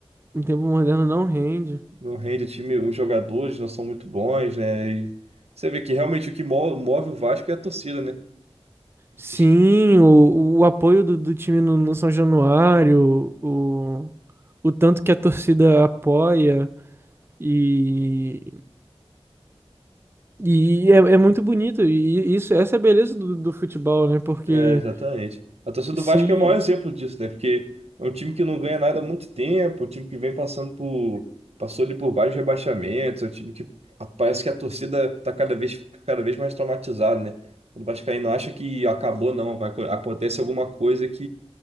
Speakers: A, on the right (about 20°); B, on the right (about 75°).
A: em tempo moderno não rende.
B: Não rende o time, os jogadores não são muito bons, né? E você vê que realmente o que mo- move o Vasco é a torcida, né?
A: Sim,
B: Es-
A: o, o apoio do, do time no, no São Januário, o, o tanto que a torcida apoia e, e é, é muito bonito. E isso, essa é a beleza do, do futebol, né? Porque
B: É, exatamente. A torcida do
A: se
B: Vasco é o maior exemplo disso, né? Porque é um time que não ganha nada há muito tempo, um time que vem passando por, passou ali por vários rebaixamentos, é um time que a- parece que a torcida tá cada vez, cada vez mais traumatizada, né? O Vascaíno acha que acabou, não, vai, acon- acontece alguma coisa